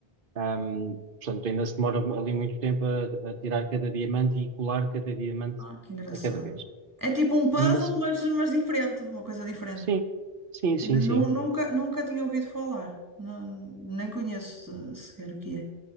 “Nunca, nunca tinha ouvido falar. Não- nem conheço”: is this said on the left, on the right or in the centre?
Right